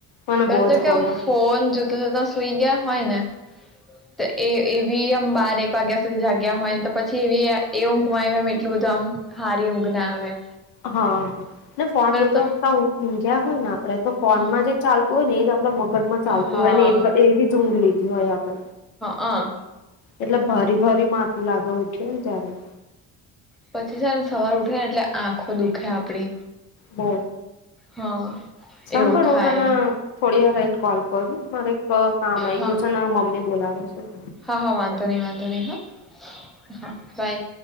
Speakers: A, on the left (about 85°); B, in the centre.
A: મને
B: પે
A: બહુ
B: તો
A: જ
B: કેઉ
A: ગમે
B: ફોન જોતા જતા સુઈ ગયા હોય ને તો એ એ ભી હમ બાર એક વાગ્યા સુઈ જગ હોય તો પછી એ એ ઊંકમાં એટલ બધું આમ હારી બનાવે.
A: હા ના ફોન જોતા
B: તો
A: જતા હોય ને આપડે તો ફોન
B: હા
A: માં જે ચાલત હોય ને મગજ માં ચાલતું
B: હા
A: હોય ને એવી ઊઘ લીધી હોય આપે
B: હા
A: એટલે ભરી ફરી માથું લાગે ઉઠે ને ત્યારે.
B: પછી છે ને સવાર ઉઠે ને એટલે આંખો દુખે આપડી.
A: બ
B: હા
A: સાંભાળ
B: એવું થાય
A: હ તને થોડી વાર રહીને કોલ કરું મારે એક કામ આઈ
B: હા
A: ગયું છે અને મમ્મી બોલાવ હ
B: હા હા વાંધો નહી વાંધો નહી હા હા બાય.